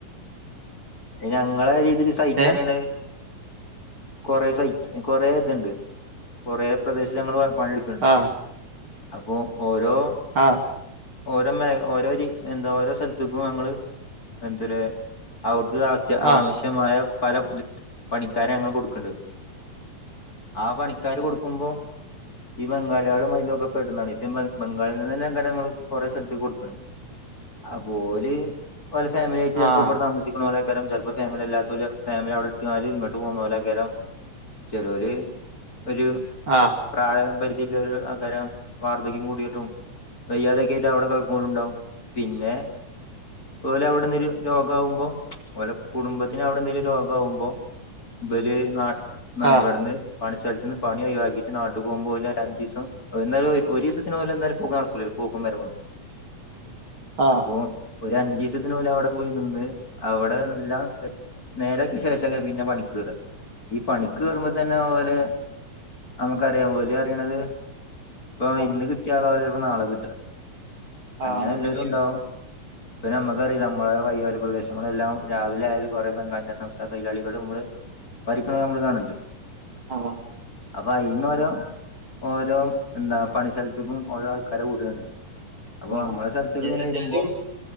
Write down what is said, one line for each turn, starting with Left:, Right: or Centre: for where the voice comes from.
Left: ഇ ഞങ്ങള രീ സയ് ക്കരണ്
Right: ഏ
Left: കൊറെ സൈറ്റ് കൊറെ തുണ്ട് കൊറേ പ്രദേശ ഞങ്ങൾ പോയ <unintelligible>
Right: ആഹ്
Left: അപ്പൊ പോ <unintelligible>
Right: ആഹ്
Left: ഓരോ മെ ഓരോ രി എന്തോ ഓരോ സൽ ത്ത് ക്കും ഞങ്ങൾ മെൻതുരെ ത് അത്ത് ‌ അവശ്യ
Right: ആഹ്
Left: മായ പല ജ്ജ് പ് പണിക്കാരെ ഞങ്ങൾ കൊടുക്ക് ണ്ട് ആ പണി ക്കാര് കൊടുക്കുമ്പോ ഈ ബംഗാളെ ളും അതിലുൾ പെടുന്നാ ണ് ഇപ്പൊ ബംഗാളിന്ന് ന്നെ ങ്ങനെ ഞ ങ്ങൾ കൊറെ സൽ‍ത്ത് ക്ക്‌ കൊടുക്കുണ്‌ അപ്പൊ ഓല് ഒലെ ഫാമിലിയായ് ട്ട് ചെൽപോ
Right: ആഹ്
Left: ഇവടെ താമസിക്കുന്നോ കാ ക്കരം ചെൽ പ്പോ ഫാമിലി ഇല്ലാത്തോല് ഫാമിലി അവിടെ ഇ ട്ട് ആല് ഇങ്ങോട്ട് പോന്നോലാ ക്കരം ചേലോര് ഒരു
Right: ആഹ്
Left: പ്രായപരിത് ഇല്ലോ ലാ ആ ക്കാരം വാർദ്ധക്യം കൂടിയിട്ടും വയ്യാതെക്കെ ആയിട്ട് അവിടെ കെടക്കുനോരും ണ്ടാവും പിന്നെ ഓ ലെ അവിടുന്നൊല് രോഗ ആകുമ്പോ ഓലെ കുടുംബത്തിന് അവിടെ എന്തെലും രോഗാവു മ്പോ ഇപ ല് നാ ന്ന
Right: ആഹ്
Left: ഇവ്ട്ന്ന് പണി സൽ ത്ത് നിന്ന് പണി ഒയ് വാക്കിട്ട് നാട്ട്ക്ക് പോകുമ്പോ ഓല ഒരഞ്ചിസം എ ന്താ ലും ഒരീ സത്തിന് ഒലെ എന്താലും പോക്ക്നടക്കൂല്ലല്ലോ പോക്കും വരവും ഒന്നും
Right: ആഹ് ആഹ്
Left: അപ്പോ ഒരു അഞ്ജീസത്തിനു ഓല വിടെ പോയി നിന്ന് അവിടെ എ ല്ലാം നേരാക്ക്യ ശേഷാ ക്കാരം പിന്നെ പണിക്കേറാ ഈ പണിക്ക് കേറുമ്പോ തന്നെ ഓരെ നമ്മുക്കറിയാം ഓല് പറീ ണ ത് പ്പൊ
Right: ആഹ്
Left: ഇന്ന് കിട്ടിയാതവര് പോ നാളെ കിട്ടാ
Right: ആഹ്
Left: അങ്ങനെല്ലോരു
Right: അങ്ങനെയാണ്
Left: ണ്ടാവും പ്പൊ ഞ മ്മക്കറീ ല്ല നമ്മളെ വൈയൊര പ്രദേശങ്ങളെല്ലാം രാവിലെ ആയാൽ കൊ റെ ബെങ്കാളിന്റെ സംസ്ഥാന തൊയ്ലാളികള്ടെ മ്മള് പ രിക്ക്‌ അ മ്മള് കാണല്ണ്ട്
Right: ആഹ
Left: അപ്പൊ അയിന്ന് ഓരോ ഓരോ എന്താ പണി സ്ഥലത്ക്കും ഓരോ ആൾക്കാരെ വിടാണ് അപ്പൊ
Right: ആഹ്
Left: നമ്മളെ സ്ഥലത്ക്ക്
Right: ഏതാച്ചാലും
Left: ഇങ്ങനെ വരുമ്പോ